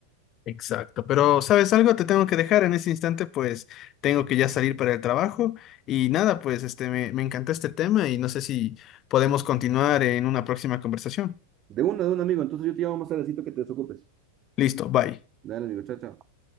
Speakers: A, on the left (about 35°); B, on the right (about 35°).
A: Exacto, pero ¿sabes algo? Te tengo que dejar en ese instante, pues tengo que ya salir para el trabajo y nada, pues este me, me encantó este tema y no sé si podemos continuar en una próxima conversación.
B: De uno, de un amigo. Entonces yo te llamo más tardecito que te desocupes.
A: Listo, bye.
B: Dale, amigo. Chao, chao.